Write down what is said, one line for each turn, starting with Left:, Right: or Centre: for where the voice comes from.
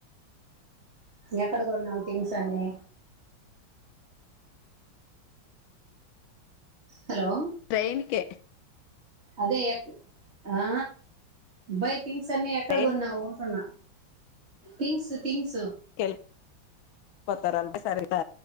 Right: ఎక్కడ కొన్నావు థింగ్స్ అన్ని హలో
Left: ట్రైన్ కే
Right: అదే ఎ ఆ బాయ్ థింగ్స్ అన్ని ఎక్కడ
Left: ట్రైన్
Right: కొన్నావు అంటున్నా థింగ్స్ థింగ్స్
Left: కెల్ కొత్తార సరిదు